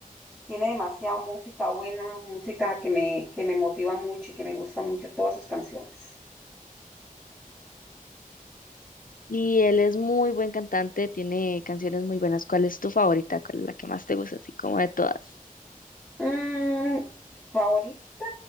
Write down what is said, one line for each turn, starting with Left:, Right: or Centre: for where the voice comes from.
Centre: Tiene demasiada música buena, música que me, que me motiva mucho y que me gusta mucho todas sus canciones.
Left: Y él es muy buen cantante, tiene canciones muy buenas. ¿Cuál es tu favorita? ¿Cuál es la que más te gusta, así como de todas?
Centre: Mm, favorita,